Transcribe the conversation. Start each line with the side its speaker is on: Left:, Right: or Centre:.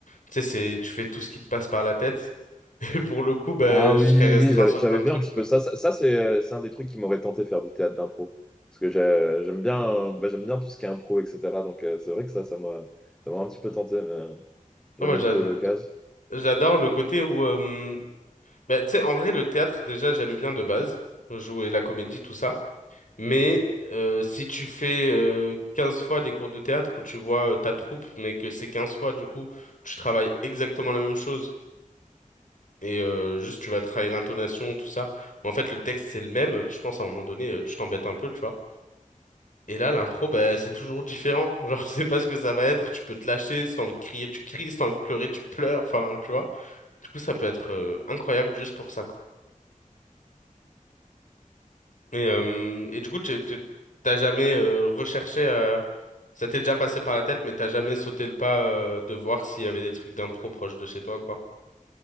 Left: tu sais, c'est, tu fais tout ce qui te passe par la tête, <laughs> et pour le coup, bah,
Centre: Ah
Left: je
Centre: oui,
Left: serais restreint
Centre: oui, j'avais,
Left: sur
Centre: j'avais
Left: plein de
Centre: vu
Left: trucs,
Centre: un petit
Left: quoi.
Centre: peu ça. Ça, ça, c'est, euh, c'est un des trucs qui m'aurait tenté faire du théâtre d'impro. Parce que j'ai- j'aime bien, euh, bah, j'aime bien tout ce qui est impro, etc. Donc, euh, c'est vrai que ça, ça m'a, ça m'a un petit peu tenté, mais j'ai
Left: Non,
Centre: jamais
Left: moi, j'a-
Centre: eu trop eu l'occasion.
Left: J'adore le côté où, euh, bah, tu sais, en vrai, le théâtre, déjà, j'aime bien de base, jouer la comédie, tout ça. Mais euh, si tu fais euh, 15 fois des cours de théâtre où tu vois euh, ta troupe, mais que c'est 15 fois, du coup, tu travailles exactement la même chose. Et euh, juste, tu vas travailler l'intonation, tout ça. Mais en fait, le texte, c'est le même. Je pense, à un moment donné, euh, tu t'embêtes un peu, tu vois. Et là, l'impro, bah, c'est toujours différent. Genre, <laughs> tu sais pas ce que ça va être. Tu peux te lâcher. Si t'as envie de crier, tu cries. Si t'as envie de pleurer, tu pleures. Enfin, tu vois. Du coup, ça peut être euh, incroyable juste pour ça, quoi. Et, euh, et du coup, tu tu- t'as jamais euh, recherché, euh, ça t'est déjà passé par la tête, mais t'as jamais sauté le pas euh, de voir s'il y avait des trucs d'impro proche de chez toi ou quoi.